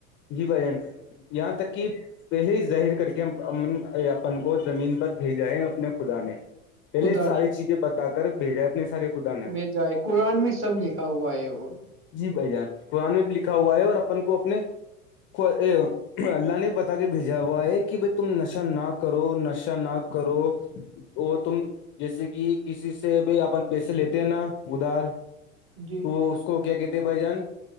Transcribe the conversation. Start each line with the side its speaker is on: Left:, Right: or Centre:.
Left: جی بھائی جان یہاں تک کہ پہلے ہی ظاہر کر کے ہم امن اپن کو زمین پر بھیجاائے اپنے خدا نے پہلے
Right: خدا
Left: ساری
Right: نے
Left: چیزیں بتا کر بھیجا اپنے سارے خدا نے
Right: بھیجا ہے قرآن میں سب لکھا ہوا ہے اور
Left: جی بھائی جان قرآ میں بھی لکھا ہوا ہے اور اپن کو اپنے کو ام اللہ نے بتا کے بھیجا ہوا ہے کہ بائی تم نشہ نہ کرو نشہ نہ کرو وہ تم جیسے کہ کسی سے بھی اپن پیسے لیتے ہیں نا ادھار
Right: جی
Left: تو اس کو کیا کہتے بائی جان